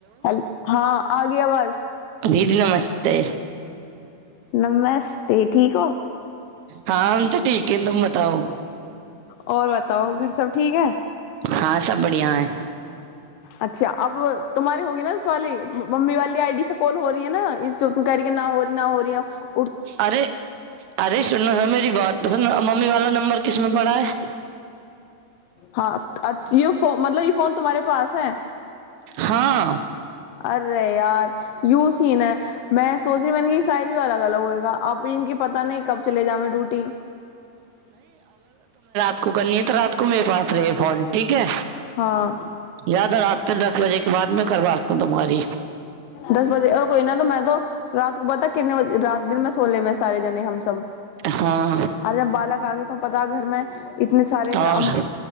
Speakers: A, on the left (about 75°); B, on the right (about 65°).
A: Hello हँ आ गी आवाज
B: दीदी नमस्ते
A: नमस्ते ठीक हो
B: हँ हम तऽ ठीक केन तुम बताओ
A: और बताओ घर सब ठीक है
B: हँ सब बढ़िआ है
A: अच्छा अब तुम्हारे होगी न उस वाली मम्मी वाली आइ डी सब कोल हो रही ह न इ गाड़ि न हो री न हो री हो
B: अरे अरे सुन है मेरी बात मम्मी वाला नंबर किस में पड़ा है
A: हँ अ जियो फोन मतलब य फोन तुम्हारे पास है
B: हँ
A: आरे यार यूसी ने मै सोच रहि मैने कि शायरी वाला लगा हुआ है गला अब फिर इनकी पता नहि कब चल जाबै ड्यूटी
B: गन्नी तऽ को मे पास रहै फॉन ठीक है
A: हाँ
B: जादा रात फिर दस बजे के बाद में करबाती हुँ तुम्हारी
A: दस बजे और कोइ न तऽ मैन तो रात को पता कितने बजे रात दिनमे सोले मे सारे जने हमसब
B: हाँ
A: <unintelligible> अरे बालक आगे तो पता का घर में इतने सारे फेर
B: और
A: अम